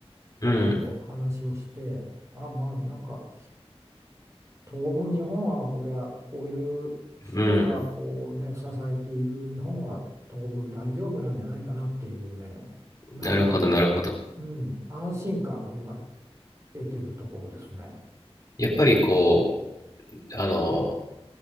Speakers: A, on the right; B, on the left.
A: 方と話をしてあまあなんか
B: うん。
A: 当分日本はこれはこういう人がこうね支えている日本は当分大丈夫なんじゃないかなっていうねなんかこ
B: うん。なるほど、なるほど。
A: う安心感を今得てるところですね。
B: やっぱりこう、あの、